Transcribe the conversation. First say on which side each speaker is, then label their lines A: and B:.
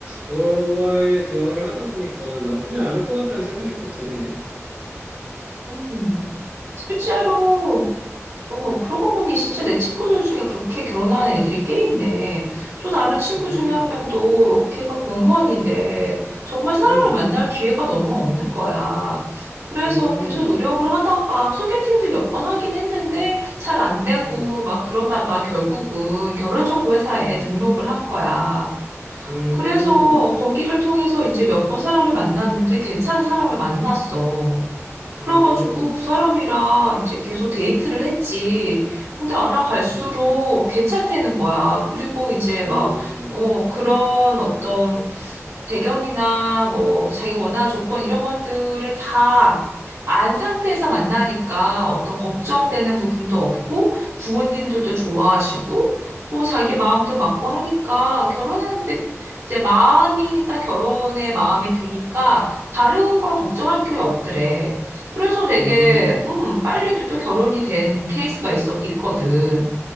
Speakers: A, on the right; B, on the right.
A: 너와의 대화를 하다 보니까 나쁘지 않을 것 같다는 생각이 또 드네.
B: 음, 실제로 어, 그러고 보니 진짜 내 친구들 중에 그렇게 결혼한 애들이 꽤 있네. 또 다른 친구
A: 음,
B: 중에 한 명도 걔가 공무원인데 정말 사람을
A: 음,
B: 만날 기회가 너무 없는 거야. 그래서
A: 음,
B: 계속 노력을 하다가 소개팅도 몇 번 하긴 했는데 잘 안 되고
A: 음,
B: 막 그러다가 결국은 결혼정보회사에
A: 음,
B: 등록을 한 거야.
A: 음,
B: 그래서 거기를 통해서 이제 몇 번 사람을 만났는데 괜찮은 사람을 만났어. 그래가지고
A: 음,
B: 그 사람이랑 이제 계속 데이트를 했지. 근데 알아갈수록
A: 음,
B: 괜찮다는 거야. 그리고 이제
A: 아,
B: 막, 어, 그런 어떤 배경이나 뭐 자기가 원하는 조건 이런 것들을 다 안 상태에서 만나니까 어떤 걱정되는 부분도 없고 부모님들도 좋아하시고 뭐 자기 마음도 맞고 하니까 결혼하는데 이제 마음이 딱 결혼에 마음이 드니까 다른 걸 걱정할 게 없더래. 그래서 되게,
A: 음,
B: 음, 빨리 또 결혼이 된 케이스가 있어, 있거든.